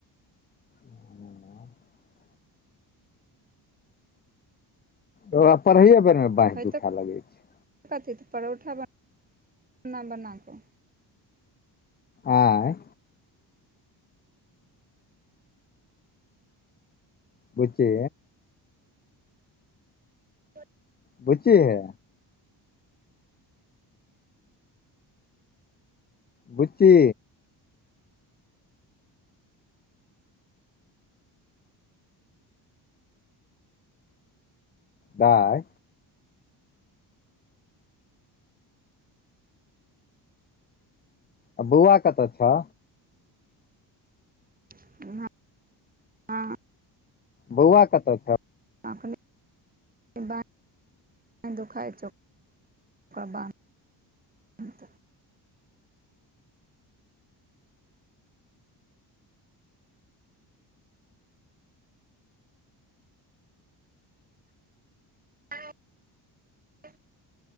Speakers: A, on the left; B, on the right.
A: ह ओकरा पढ़ैए बेरमे बाँहि
B: खयतै
A: दुखा लगै छैय।
B: कथी त परोठा बना कऽ
A: आँय बुच्ची
B: <inaudible>
A: बुच्ची हे बुच्ची दाई आ बौआ कतऽ छ?
B: ह हँ
A: बौआ कतऽ छ?
B: अखने <unintelligible> धोखाइ छौव ओकरा बाद तऽ <unintelligible>